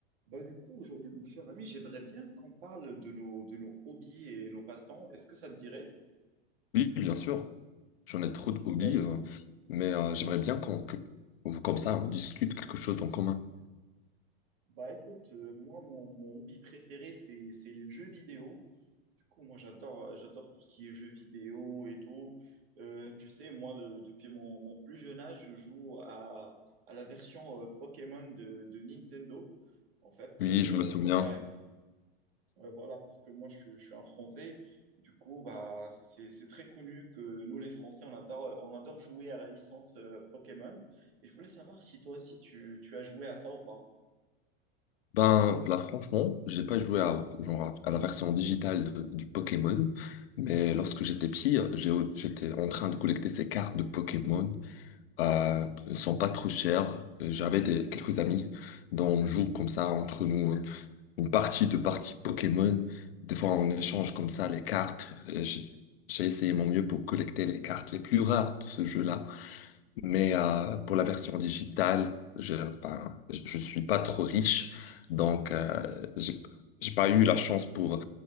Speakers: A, on the right; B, on the left.
A: Bah du coup, aujourd'hui, mon cher ami, j'aimerais bien qu'on parle de nos, de nos hobbies et nos passe-temps. Est-ce que ça te dirait?
B: Oui, bien sûr. J'en ai trop de hobbies,
A: Bah, éc-
B: euh, mais euh, j'aimerais bien qu'on, que- comme ça, on discute quelque chose en commun.
A: bah écoute, euh, moi, mon, mon hobby préféré, c'est, c'est les jeux vidéo. Du coup, moi, j'adore, j'adore tout ce qui est jeux vidéo et tout. Euh, tu sais, moi, de- depuis mon, mon plus jeune âge, je joue à, à la version euh, Pokémon de, de Nintendo. En fait,
B: Oui,
A: euh,
B: je me souviens.
A: ouais, Ouais, voilà, parce que moi, je, suis je suis un Français. Du coup, bah, c'est, c'est très connu que nous, les Français, on adore, on adore jouer à la licence euh, Pokémon. Et je voulais savoir si toi aussi, tu, tu as joué à ça ou pas.
B: Ben là, franchement, j'ai pas joué à, genre, à à la version digitale de- du Pokémon, mais lorsque j'étais petit, j'ai- j'étais en train de collecter ces cartes de Pokémon. Euh, elles sont pas trop chères. J'avais des, quelques amis dont on joue comme ça entre nous. hein. une partie de partie Pokémon. Des fois, on échange comme ça les cartes. Et J'ai j'ai essayé mon mieux pour collecter les cartes les plus rares de ce jeu-là. Mais euh, pour la version digitale, je, ben, je je suis pas trop riche. Donc, euh, j'ai j'ai pas eu la chance pour